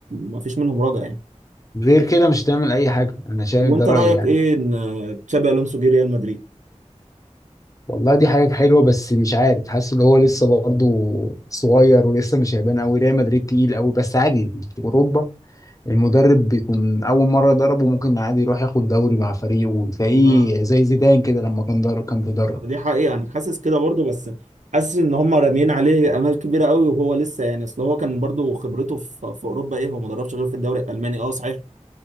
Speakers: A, on the right; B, on the left.
A: ما فيش منهم رجع يعني
B: غير كده مش هتعمل اي حاجه انا شايف
A: طب وانت
B: ده رايي
A: رايك
B: يعني
A: ايه ان تشابي الونسو جه ريال مدريد
B: والله دي حاجة حلوة بس مش عارف حاسس ان هو لسه برضه صغير ولسه مش هيبان قوي ريال مدريد تقيل قوي بس عادي في اوروبا المدرب بيكون اول مرة يدربه ممكن عادي يروح ياخد دوري مع فريقه وتلاقيه
A: ما
B: زي زيدان كده لما كان درب كان بيدرب
A: طب دي حقيقه انا حاسس كده برضه بس حاسس ان هم راميين عليه امال كبيره قوي وهو لسه يعني اصل هو كان برضه خبرته في, في اوروبا ايه هو ما دربش غير في الدوري الالماني اه صحيح